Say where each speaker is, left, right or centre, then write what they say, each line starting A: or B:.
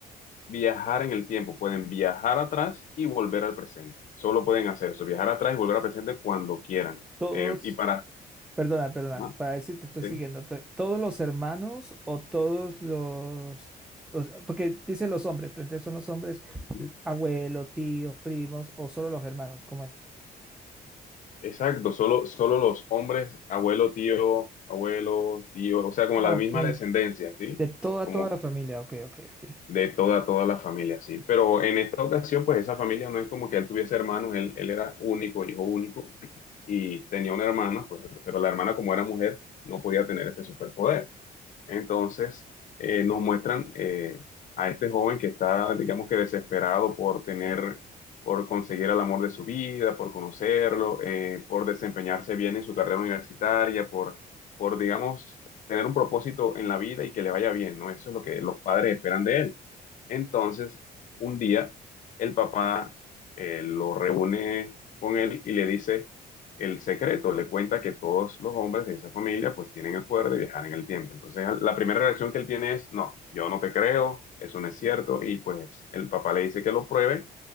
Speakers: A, on the left; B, in the centre.
A: viajar en el tiempo. Pueden viajar atrás y volver al presente. Solo pueden hacer eso, viajar atrás y volver al presente cuando quieran.
B: Todos,
A: Eh, y para...
B: perdona, perdona,
A: ajá,
B: para decir te estoy
A: sí,
B: siguiendo, to- todos los hermanos o todos los, o sea, porque dice los hombres, pero entonces son los hombres,
A: ujú.
B: abuelos, tíos, primos o solo los hermanos, ¿cómo es?
A: Exacto, solo, solo los hombres, abuelo, tío, abuelo, tío, o sea, como
B: Ah,
A: la
B: ok.
A: misma descendencia, ¿sí?
B: De toda,
A: Como
B: toda la familia, ok, ok, ok.
A: de toda, toda la familia, ¿sí? Pero en esta ocasión, pues esa familia no es como que él tuviese hermanos, él, él era único, hijo único, y tenía una hermana, pues, pero la hermana como era mujer, no podía tener este superpoder. Entonces, eh, nos muestran eh, a este joven que está, digamos que desesperado por tener, por conseguir el amor de su vida, por conocerlo, eh, por desempeñarse bien en su carrera universitaria, por, por, digamos, tener un propósito en la vida y que le vaya bien, ¿no? Eso es lo que los padres esperan de él. Entonces, un día, el papá eh, lo reúne con él y le dice el secreto, le cuenta que todos los hombres de esa familia pues tienen el poder de viajar en el tiempo. Entonces, la primera reacción que él tiene es, no, yo no te creo, eso no es cierto, y pues el papá le dice que lo pruebe